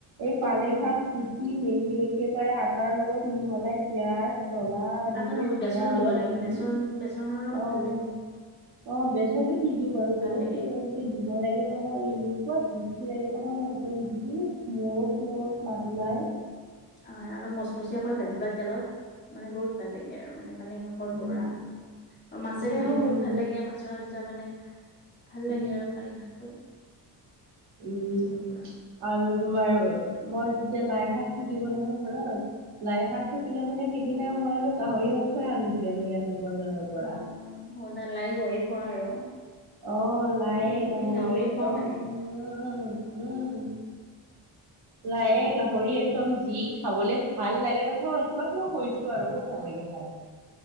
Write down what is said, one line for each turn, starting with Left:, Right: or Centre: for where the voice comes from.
Right: এই পালেং
Left: অ',
Right: শাক কুতি মেলি একেবাৰে আটাৰ লগত মিহলাই পিঁয়াজ জ্বলা এনেকে
Left: আদা নহৰু
Right: জিৰা
Left: বেচন দিব
Right: অলপ
Left: লাগে
Right: দি
Left: বেচন বেচনৰ লগত
Right: অ'।
Left: ভাল লাগে
Right: অ বেচনো দি দিও বাৰু বহুতে
Left: ভাল লাগে
Right: এনেকে দিব লাগে নহয় এনেকুৱা টেষ্টি লাগে অ', একদম যি মূৰত মূৰত মাত ওলাই।
Left: হয়, অলপ মচমচিয়াকৈ ভাজিবা তেলত মানে বহুত ভাল লাগে আৰু মানে পালেং শাকৰ
Right: উম
Left: বৰা আৰু মাছেৰে
Right: উম
Left: খায়ো
Right: উম
Left: বহুত ভাল লাগে, মাছৰ আঞ্জা মানে ভাল
Right: উম
Left: লাগে আৰু পালেং শাকটো।
Right: উম,
Left: তেনেকুৱা
Right: আৰু তোমাৰ মই যেতিয়া লাই শাক থাকিব নহয় ঘৰত। লাই শাক থাকিলে মানে সেইদিনা মই আৰু গাহৰি মাংসই আনো দিয়া লৈ আনো বজাৰৰ পৰা।
Left: অ', অ', লাই গাহৰি খোৱা আৰু।
Right: অহ, লাই
Left: অ', তুমি তুমি
Right: গাহৰি একদম
Left: খোৱা মানে
Right: উম, উম। লায়ে,
Left: ভাল লাগে
Right: গাহৰি একদম যি খাবলে ভাল লাগে নহয় তোমাক মই কৈছ ছো আৰু বহুত
Left: অ',
Right: ভাল লাগে খাই।